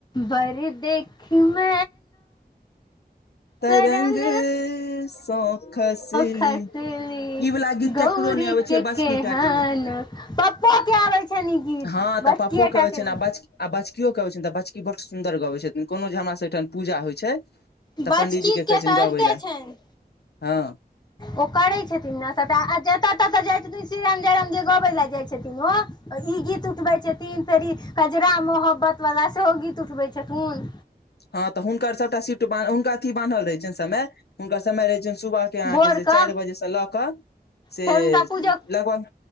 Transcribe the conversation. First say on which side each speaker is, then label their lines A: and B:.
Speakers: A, on the left (about 25°); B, on the left (about 75°).
A: बड़ देखी मै
B: तरंग
A: शरण
B: सँ खसली
A: खसली
B: ई वला गीत
A: गौरी
B: केकरो नहि आबै
A: के
B: छैय बस
A: केहन
B: गीता के
A: पप्पो के आबै छैन ई गीत
B: हँ तऽ
A: बचकिए
B: पप्पो
A: टा
B: अबै
A: के
B: छनि
A: न
B: आ बच आ बचकियो के अबै छनि त बचकी बड सुन्दर गबै छथिन कोनो जे हमरा सबहिठाम पूजा होइ छै त
A: बचकी
B: पंडीजीके
A: के
B: कहै छनि
A: तऽ
B: गबै
A: अबिते
B: लए
A: छनि
B: हँ
A: ओ करै छथिन ने सभटा आ जत तत जाइ छथिन श्रीराम जयराम जे गबै लए जाइ छथिन ओ ई गीत उठबैत छथिन फेर ई कजरा मोहब्बतवला सेहो गीत उठबैत छथिन
B: हँ त हुनकर सभटा सीफट बा हुनका अथी बान्हल रहै छनि समय हुनकर समय रहैत छनि सुबह के अहाँकेँ
A: भोरके
B: से चारि बजे से लऽ कऽ से
A: फेर हुनका पूजो
B: लगभग